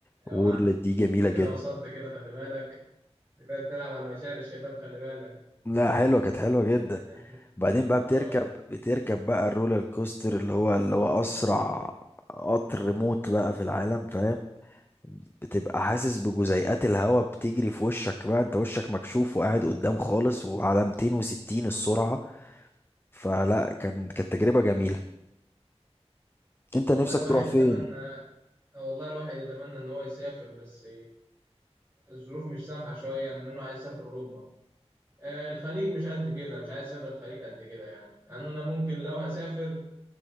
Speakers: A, on the left; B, on the right.
A: وورلد
B: اوعى
A: دي جميلة
B: انت
A: جدا
B: كده وصلت كده خلي بالك انت كده بتلعب على مشاعر الشباب خلي بالك
A: لا حلوة كانت حلوة جدا
B: <laughs>
A: بعدين بقى بتركب
B: اه
A: بتركب بقى الرولر كوستر اللي هو اللي هو اسرع قطر موت بقى في العالم فاهم بتبقى حاسس بجزيئات الهواء بتجري في وشك بقى انت وشك مكشوف وقاعد قدام خالص وعلى 260 السرعة فلا كان كانت تجربة جميلة انت
B: والله
A: نفسك
B: الواحد
A: تروح فين
B: يتمنى آه، والله الواحد يتمنى ان هو يسافر بس الظروف مش سامحة شوية إن أنا عايز أسافر أوروبا آه، الخليج مش قد كده مش عايز أسافر الخليج قد كده يعني يعني أنا ممكن لو هسافر